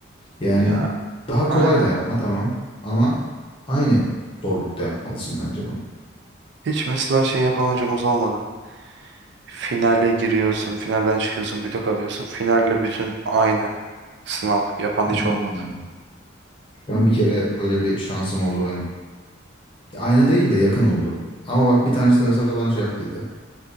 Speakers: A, on the left; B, on the right.
A: Yani
B: Ya
A: daha
B: aynen.
A: kolay da yapma tamam ama aynı zorlukta yapmalısın bence bunu.
B: Hiç mesela şey yapan hocamız olmadı. Finale giriyorsun, finalden çıkıyorsun, büte kalıyorsun. Finalle bütün aynı sınav yapan
A: Hmm.
B: hiç olmadı.
A: Ben bir kere öyle bir şansım oldu benim. Ya Aynı değil de yakın oldu. Ama bak bir tanesi de mesela bana şey yaptıydı.